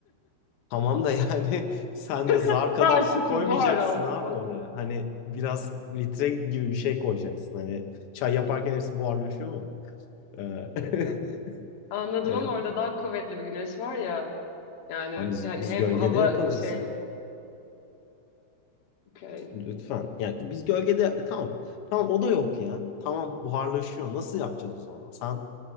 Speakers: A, on the left (about 85°); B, on the left (about 45°).
A: Tamam da yani <laughs> sen de zar
B: <laughs>
A: kadar
B: Artık
A: su koymayacaksın
B: buhar oldu.
A: abi oraya. Hani biraz litre gibi bir şey koyacaksın. Hani çay yaparken hepsi buharlaşıyor mu? Ee, <laughs>
B: Anladım
A: e,
B: ama orada daha kuvvetli bir güneş var ya. Yani
A: lan biz
B: hani
A: biz
B: hem
A: gölgede
B: hava
A: yaparız
B: şey
A: ya.
B: Okay.
A: Lütfen. Yani biz gölgede tamam. Tamam o da yok ya. Tamam buharlaşıyor. Nasıl yapacağız o zaman? Sen